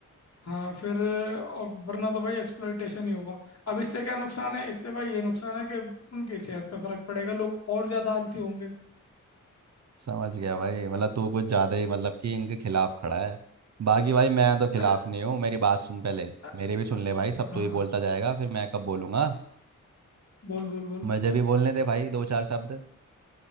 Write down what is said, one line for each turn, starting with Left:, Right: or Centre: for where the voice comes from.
Left: हाँ फिर और वरना तो भाई एक्सप्लॉयटेशन ही होगा अब इससे क्या नुकसान है इससे भाई ये नुकसान है कि उनकी सेहत पे फर्क पड़ेगा लोग और ज़्यादा आलसी होंगे
Right: समझ गया भाई मतलब तू कुछ ज़्यादा ही मतलब कि इनके खिलाफ खड़ा है बाकी भाई मैं तो खिलाफ
Left: अरे
Right: नहीं हूँ मेरी बात सुन पहले
Left: अ-
Right: मेरी भी सुन ले भाई सब
Left: हाँ
Right: तू ही बोलता जाएगा फिर मैं कब बोलूँगा
Left: बोल बोल बोल
Right: मुझे भी बोलने दे भाई दो चार शब्द